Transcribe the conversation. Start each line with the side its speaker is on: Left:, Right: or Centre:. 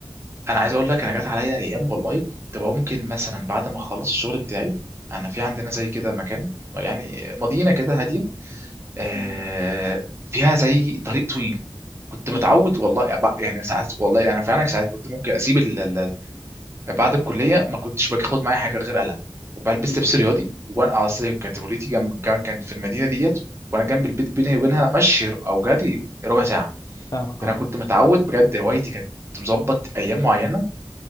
Right: انا عايز اقول لك انا جات عليا ايام والله كنت ممكن مثلا بعد ما اخلص الشغل بتاعي انا في عندنا زي كده مكان يعني مدينه كده هاديه آه
Left: م-
Right: فيها زي طريق طويل كنت متعود
Left: م-
Right: والله أبع- يعني ساعات والله انا فعلا ساعات كنت ممكن اسيب ال... ال- ال- بعد الكليه ما كنتش باخد معايا حاجه غير قلم وبلبس
Left: م-
Right: لبس رياضي وانا اصل كانت كليتي جنب كان- كانت في المدينه ديت وانا جنب
Left: م-
Right: البيت بيني وبينها مشي او جري ربع ساعه
Left: فاهمك
Right: فانا
Left: اه
Right: كنت متعود بجد هوايتي كانت مظبط ايام معينه